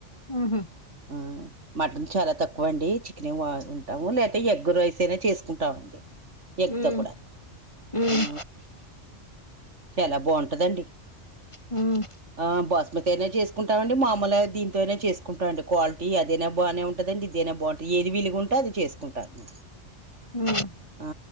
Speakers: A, on the left; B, on the right.
A: ఉహు
B: ఆ మటన్ చాలా తక్కువ అండి చికెనే తింటాము లేదే ఎగ్ రైస్ తినే చేసుకుంటామండి ఎగ్తో
A: మ్మ్
B: కూడా
A: మ్మ్
B: ఉ చాలా బాగుంటదండి
A: మ్మ్
B: ఆ బస్మతి నేనే చేసుకుంటామండి మామలుగా దీంతో అయినా చేసుకుంటామండి క్వాలిటీ తి అదేనా బానే ఉంటది అండి ఇదేనా బాగుంటది ఏది విలుగా ఉంటే అది చేసుకుంటాను
A: మ్మ్
B: ఆ